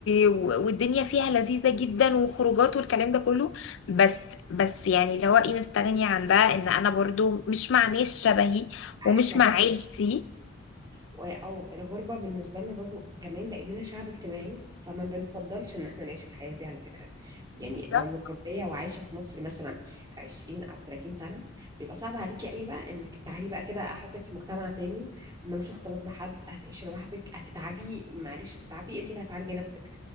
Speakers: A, on the left; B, on the right.
A: و- والدنيا فيها لذيذة جدا وخروجات والكلام ده كله بس بس يعني اللي هو ايه مستغني عن ده ان انا برضو مش مع ناس شبهي
B: عادي
A: ومش مع عيلتي
B: و- او الغربة بالنسبة لنا برضو كمان لأننا شعب اجتماعي فما بنفضلش إن احنا نعيش الحياة دي على فكرة يعني
A: بالظبط
B: لو متربية وعايشة في مصر مثلا 20 أو 30 سنة بيبقى صعب عليكي قوي بقى إنك تعالي بقى كده أحطك في مجتمع تاني ملوش اختلاط بحد هتعيشي لوحدك هتتعبي معلش هتتعبي أنت اللي هتعالجي نفسك